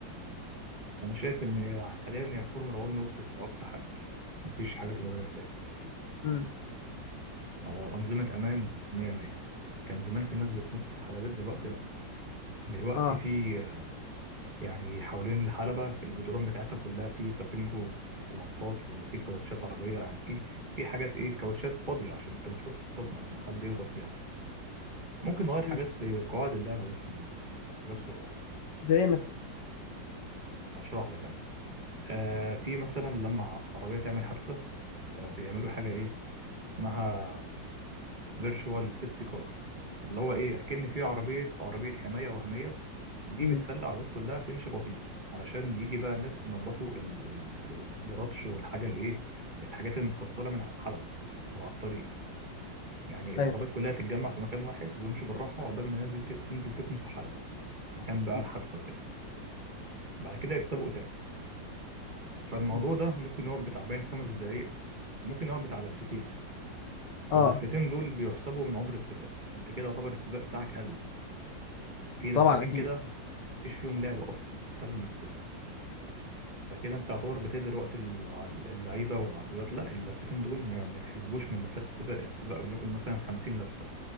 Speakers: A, on the right; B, on the left.
A: وأنا شايف إن هي- حاليا هي فورمولا 1 وصلت لأقصى حاجة مفيش حاجة تتغير تاني تقريبا
B: امم
A: آه، أنظمة أمان 100 100 كان زمان في ناس بتموت في الحلبات دلوقتي لأ دلوقتي
B: اه
A: في يعني حوالين الحلبة في الجدران بتاعتها كلها في سفنج و- ومطاط وفي كاوتشات عربية يعني في في حاجات إيه كاوتشات فاضية عشان تمتص الصدمة لما حد يخبط فيها ممكن نغير
B: امم
A: حاجات في قواعد اللعب بس من جوه حاجات صغيرة
B: زي ايه مثلا
A: هشرح لك أنا آه في مثلا لما عربية تعمل حادثة فبيعملوا حاجة إيه اسمها فيرتشوال سيفتي كار اللي هو ايه اكن في عربيه عربيه حمايه وهميه دي
B: امم
A: بتخلي العربيات كلها تمشي بطيء علشان يجي بقى الناس ينظفوا ال- ال- ال- الرطش والحاجه اللي ايه الحاجات المتكسره من على الحلبه او على الطريق يعني
B: ايوه
A: العربيات كلها تتجمع في مكان واحد ويمشوا بالراحه عقبال ما الناس دي ت- تنزل تكنس الحلبه مكان بقى
B: مم.
A: الحادثه وكده بعد كده يتسابقوا تاني فالموضوع
B: مم.
A: ده ممكن يقعد بتاع بين خمس دقايق وممكن يقعد بتاع لفتين
B: اه
A: فاللفتين دول بيحسبوا من عمر السباق انت كده يعتبر السباق بتاعك قل في لفتين
B: طبعا اكيد
A: كده مفيش فيهم لعب اصلا بيتاخدوا من السباق فكده انت تعتبر بتهدر وقت الع- اللعيبه والعربيات لا اللفتين دول ما, ما تحسبوش من لفات السباق السباق وليكن مثلا 50 لفه